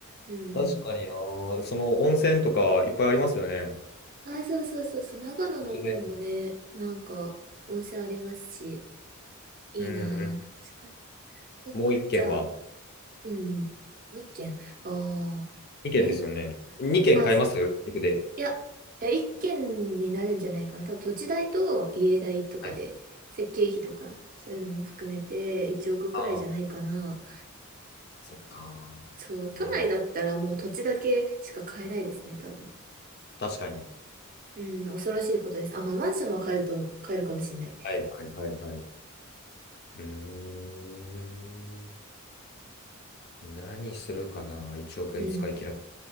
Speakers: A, on the right; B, on the left.
A: うん
B: 確かにな。その温泉とかいっぱいありますよね。
A: うん。あ、そうそうそうそう、長野の方もね、
B: 突然。
A: なんか、温泉ありますし。いいなぁ。
B: うんうん。
A: 確かに。え、
B: もう一軒は。
A: じゃあ、うん。もう一軒。ああ。
B: 二軒ですよね。
A: え、
B: 二軒買います岐阜で。
A: あ、すいや、いや、一軒になるんじゃないかな。多分土地代と家代とかで、
B: はい。
A: 設計費とか、そういうのも含めて1億くくらいじゃないかな。
B: ああ、そっか。
A: そう、都内だったらもう土地だけしか買えないですね、
B: うん。
A: 多分。
B: 確かに。
A: うん、恐ろしいことです。あ、まあ、マンションは買えると、買えるかもしれない。
B: はいはいはいはい。うーん。何するかな ?1 億円使い切らな
A: うん。